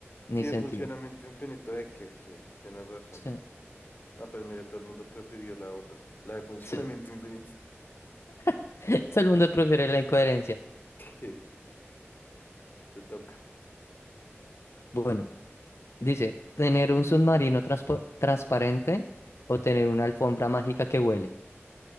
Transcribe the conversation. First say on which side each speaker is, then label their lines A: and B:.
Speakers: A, on the left; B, on the left.
A: ni
B: Sí,
A: sentido.
B: de funcionamiento infinito de que, sí, tienes razón.
A: Sí,
B: Ah, pues mira, todo el mundo prefirió la otra, la de funcionamiento
A: sí.
B: infinito.
A: <laughs> Todo el mundo prefiere la incoherencia.
B: <laughs> Sí, te toca.
A: Bueno, dice, ¿tener un submarino transpo- transparente o tener una alfombra mágica que huele?